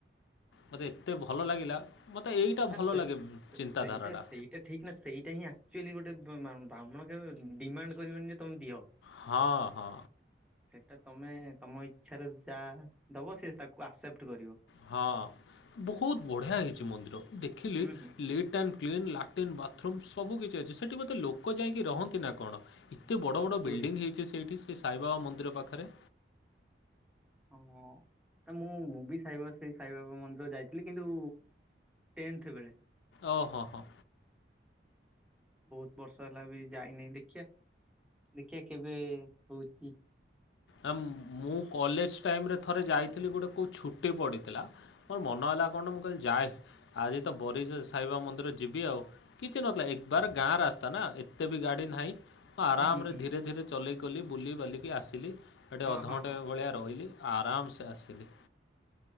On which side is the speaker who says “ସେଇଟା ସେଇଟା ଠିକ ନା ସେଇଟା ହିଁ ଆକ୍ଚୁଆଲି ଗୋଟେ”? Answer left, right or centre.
Centre